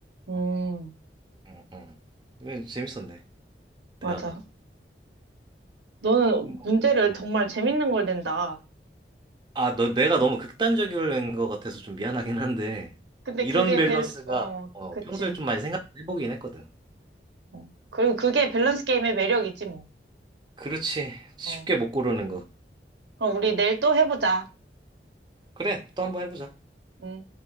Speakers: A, on the right; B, on the right.
A: 음,
B: 응, 응. 이건 재밌었네,
A: 맞아.
B: 대화가.
A: 너는
B: 뭐,
A: 문제를
B: 응.
A: 정말 재밌는 걸 낸다.
B: 아, 너, 내가 너무 극단적인 것 같아서 좀 미안하긴 한데,
A: 근데
B: 이런
A: 그게
B: 밸런스가
A: 밸, 어,
B: 어,
A: 그치.
B: 평소에 좀 많이 생각해보긴 했거든.
A: 어. 그리고 그게 밸런스 게임의 매력이지, 뭐.
B: 그렇지. 쉽게
A: 어.
B: 못 고르는 거.
A: 그럼 우리 내일 또 해보자.
B: 그래, 또 한 번 해보자.
A: 음.